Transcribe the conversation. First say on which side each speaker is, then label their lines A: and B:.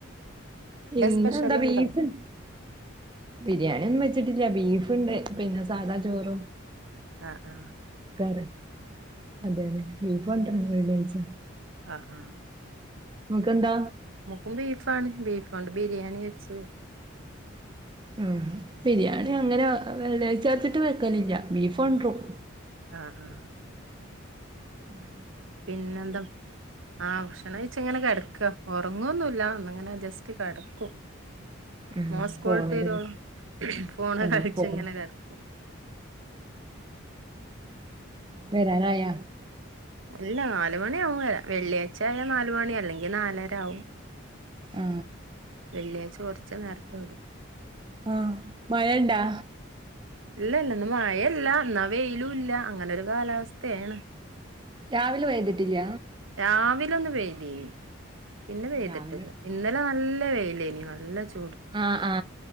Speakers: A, on the right; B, on the right.
A: ഇന്നെന്താ
B: സ്പെഷ്യൽ
A: ബീഫ്ണ്,
B: ഉണ്ടോ
A: ബിരിയാണ്ന്നും വച്ചിട്ടില്ല ബീഫ് ഫുണ്ട് പിന്നെ സാദാ ചോറും.
B: ആ ആ
A: അത് അതുതന്നെ ബീഫ് <unintelligible> വെള്ളിയാഴ്ച.
B: ആ ആ
A: ങ്ങക്കെന്താ?
B: നെക്കും ബീഫാണ് ബീഫ്. ഫോണ്ട് ബിരിയാണിവെച്ചു.
A: ഉം ബിരിയാണിയങ്ങനെ വെള്ളിയാഴ്ചാത്തിട്ട് വെക്കലില്ല ബീഫൊണ്ടുറും.
B: ആ ആ
A: ഉം
B: പിന്നെന്താ ആ ഭക്ഷണം കഴിച്ചിങ്ങനെ കിട ക്ക ഉറങ്ങൊന്നുല്ല ഒന്നിങ്ങനെ ജസ്റ്റ്‌ കിടക്കും
A: ഉം
B: മോൻ സ്കൂൾ
A: ഫോണില്
B: വിട്ടുവരുവോ ഫോണേ
A: ആഹ്
B: കളിച്ചിങ്ങനെ
A: ഫോണ്
B: കിടക്കും
A: വരാനായോ
B: ഇല്ല നാലു മണി ആവും വെള്ളിയാഴ്ച ആയാൽ നാലുമണി അല്ലെങ്കിൽ നാലര ആവും
A: ആ
B: വെള്ളിയാഴ്ച കൊറച്ചു നേരത്തെ വിടും
A: ആ മഴയുണ്ടോ
B: ഇല്ലില്ല ഇന്ന് മഴയല്ല എന്നാ വെയിലൂല്ല അങ്ങനൊരു കാലവസ്ഥയാണ്
A: രാവിലെ പെയ്തിട്ടില്ല
B: രാവിലെ ഒന്ന് പെയ്തീനിം പിന്നെ പെയ്തിട്ടില്ല
A: രാവിലെ
B: ഇന്നലെ നല്ല വെയിൽ ലേനീ നല്ല ചൂ
A: ആ ആ